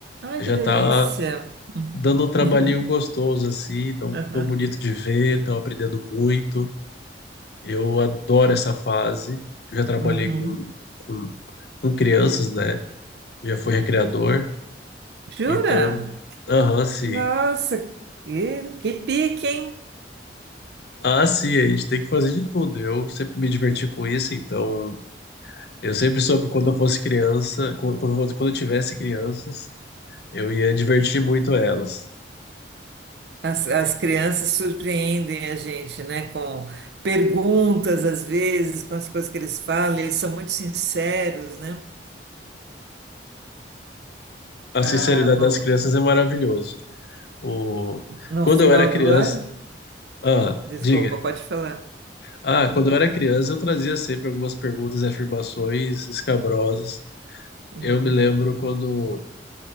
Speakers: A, on the right; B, on the left.
A: Ai,
B: Já
A: que
B: tá
A: delícia.
B: dando um trabalhinho
A: Uhum.
B: gostoso, assim, tão,
A: <laughs>
B: tão bonito de ver, estão aprendendo muito. Eu adoro essa fase. Eu já trabalhei
A: Uhum.
B: com, com, com crianças, né? Já fui recreador.
A: Jura?
B: Então, aham, sim.
A: Nossa, que, que pique, hein?
B: Ah, sim, a gente tem que fazer de tudo. Eu sempre me diverti com isso, então eu sempre soube quando eu fosse criança, quando, quando eu fosse- quando eu tivesse crianças, eu ia divertir muito elas.
A: As, as crianças surpreendem a gente, né? Com perguntas, às vezes, com as coisas que eles falam, eles são muito sinceros, né?
B: A sinceridade
A: Ah, no,
B: das crianças é maravilhoso. O...
A: no
B: Quando
A: final
B: eu era criança.
A: do ano.
B: Ah,
A: Desculpa,
B: diga.
A: pode falar.
B: Ah, quando eu era criança, eu trazia sempre algumas perguntas e afirmações escabrosas.
A: Uhum.
B: Eu me lembro quando,